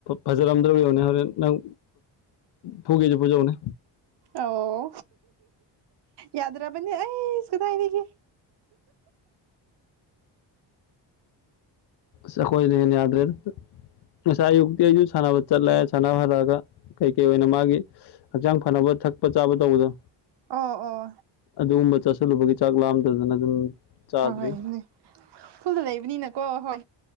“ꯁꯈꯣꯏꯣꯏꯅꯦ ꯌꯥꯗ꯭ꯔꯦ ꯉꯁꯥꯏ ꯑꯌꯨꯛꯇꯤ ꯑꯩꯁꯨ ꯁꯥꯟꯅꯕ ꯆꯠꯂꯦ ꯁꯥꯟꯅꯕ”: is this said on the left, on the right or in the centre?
Left